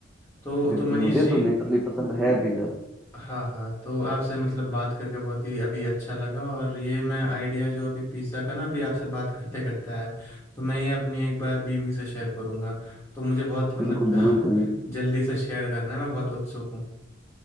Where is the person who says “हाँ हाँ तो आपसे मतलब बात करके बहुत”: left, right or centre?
Left